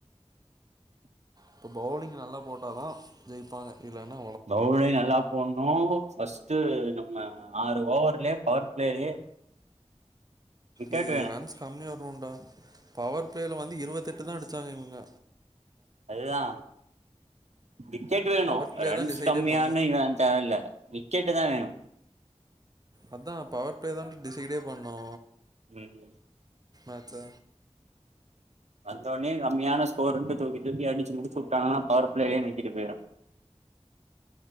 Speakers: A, on the right; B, on the right.
A: இப்ப பவுலிங் நல்லா போட்டாதா ஜெயிப்பாங்க இல்லனா
B: பவுலிங் நல்லா போடனு ஃபர்ஸ்ட் நம்ம ஆறு ஓவர்லயே பவர் பிளேலயே விக்கெட்
A: இ
B: வேணு
A: ரன்ஸ் கம்மியா வருனுன்டா பவர் பிளேல வந்து இருவத்தெட் தா அடிச்சாங்க இவுங்க
B: அதுதா விக்கெட் வேணு
A: பவர் பிளே
B: ரன்ஸ்
A: தா டிசைடே
B: கம்மியான்னு
A: பண்ணு
B: இவ தேவ இல்ல விக் கேட்டுதா வேணு
A: அதான் பவர் பிளே தான் டிசைடே பண்ணோ
B: உம்
A: ஆத்த
B: வந்த ஒன்னயே கம்மியான ஸ்கோர்ன்ட்டு தூக்கி தூக்கி அடிச்சுமுடிச்சு வுட்டாங்கனா பவர் பிளேயே நக்கிட்டு போய்ரு